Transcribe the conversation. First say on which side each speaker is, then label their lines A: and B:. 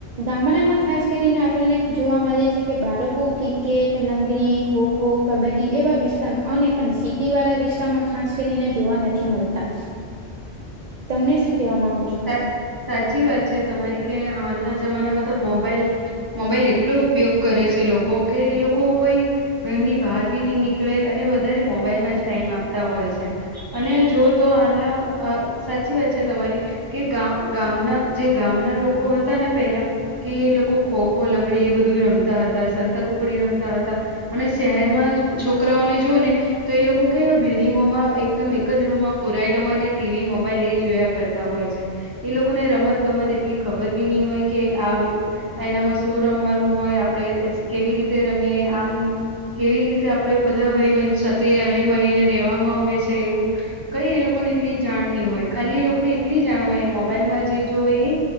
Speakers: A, on the right; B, on the right.
A: ગામડામાં ખાસ કરીને આપણને જોવા મળે છે કે બાળકો ક્રિકેટ લંગરી ખોખો કબડ્ડી એવા વિસ્તારમાં પણ શીખ તે વાળા વિસ્તારમાં ખાસ કરીને જોવા નથી મળતા.
B: <inaudible>
A: તમને શું કેવા માંગુ છું.
B: સા
A: હ
B: સાચી વાત છે. તમારી કે હાલના જમાનામાં તો મોબાઈલ મોબાઈલ એટલું ઉપયોગ કરે છે. લોકો કે એ લોકો કોઈ ઘરની બહાર ભી નહી નીકળે અને વધારે મોબાઈલમાં જ ટાઈમ આપતા હોય છે. અને જો તો હાલના સાચી વાત છે. તમારી કે ગ ગામના જે ગામના લોકો હતા ને પેલા કે લોકો ખોખો લંગડી એ બધું રમતા હતા સંતા ખગડી રમતા હતા અને શહેર માં છોકરાઓને જોવ ને તો એ લોકો કે બિલ્ડિંગોમાં એકદમ એક જ રૂમમાં પુરાયેલા હોય અને ટીવી મોબાઈલ એ જોયા કરતા હોય છે. એ લોકોને રમત ગમત એટલી ખબર બી નહી હોય કે આ એનામાં શું રમવાનું હોય આપડે કેવી રીતે રમીએ આમ કેવી રીતે આપડે બધા ભાઈ બન સાથે હળી મળીને રેવામાં આવે છે. એવું કઈ એ લોકો ને એટલી જાણ નહી હોય ખાલી એ લોકો ને કેટલી જાણ હોય મોબાઈલમાં જે જો હોય એ